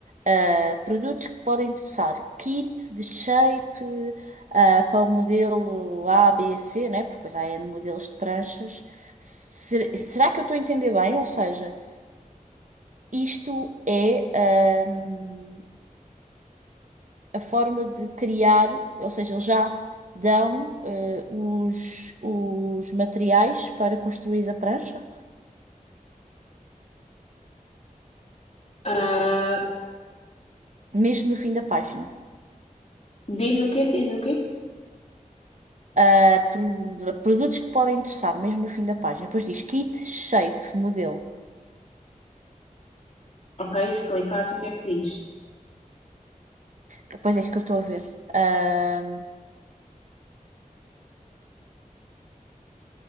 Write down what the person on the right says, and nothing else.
ah, produtos que podem interessar. Kit de shape ah, para o modelo A, B, C, né? Porque depois há N modelos de pranchas. Ser- será que eu estou a entender bem? Ou seja, isto é ahm, a forma de criar, ou seja, eles já dão eh, os, os materiais para construir a prancha,
mesmo no fim da página.
ah, pro- produtos que podem interessar, mesmo no fim da página. Depois diz kit, shape, modelo.
Depois é isso que eu estou a ver. Ahm,